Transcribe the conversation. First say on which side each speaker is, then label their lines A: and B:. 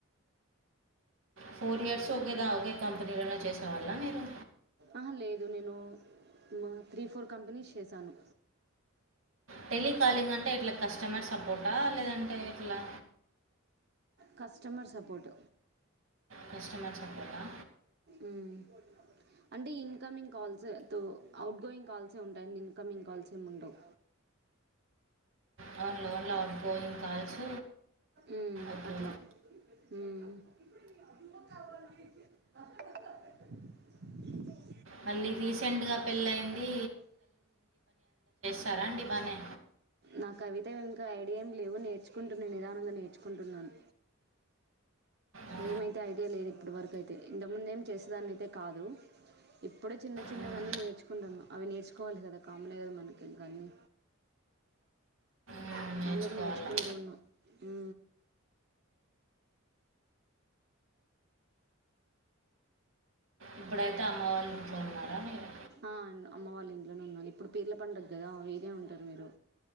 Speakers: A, on the right; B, on the right.
A: ఫోర్ ఇయర్స్ ఒకే కంపెనీలో చేసేవాళ్ళ మీరు
B: ఆ లేదు నేను మా త్రీ ఫోర్ కంపెనీస్ చేసాను
A: టెలికాలింగ్ అంటే ఇట్లా కస్టమర్ సపోర్టా లేదంటే ఏట్లా
B: కస్టమర్ సపోర్ట్
A: కస్టమర్ సపోర్ట్ ఆ
B: మ్మ్ అంటే ఇన్ కమింగ్ కాల్స్ తో అవుట్ గోయింగ్ కాల్సే ఉంటాయండి ఇన్కమింగ్ కాల్స్ ఏముండవు
A: వున్లే వున్లే అవుట్ గోయింగ్ కాల్స్
B: ఉ
A: ఓకే
B: అట్లా ఊ <unintelligible>
A: మళ్ళీ రీసెంట్గా పెళ్ళయింది టారా అండి బానే
B: నా కవిత ఇంకా ఐడియాం లేవు నేర్చుకుంటున్న నిదానంగా నేర్చుకుంటున్నాను
A: ఆ,
B: ఏమైతే ఐడియా లేదు ఇప్పటి వరకుయితే ఇంతముందు ఏం చేసేదాని అయితే కాదు ఇప్పుడే చిన్న చిన్నగా
A: మ్మ్,
B: అన్ని నేర్చుకుంటాన్న అవి నేర్చుకోవాలి కదా కామన్ కదా మనకి ఇంకా ఆన్నీ
A: మ్మ్, నేర్చుకోవాలా
B: అందుకు నేర్చుకుంటూ ఉన్నా ఊ
A: ఇప్పుడైతే అమ్మ వాళ్ళ ఇంట్లో ఉన్నారా మీరు
B: ఆ అన్న అమ్మ వాళ్ళ ఇంట్లోనే ఉన్నాను ఇప్పుడు పిర్ల పండుగ కదా ఈడే ఉంటారు మీరు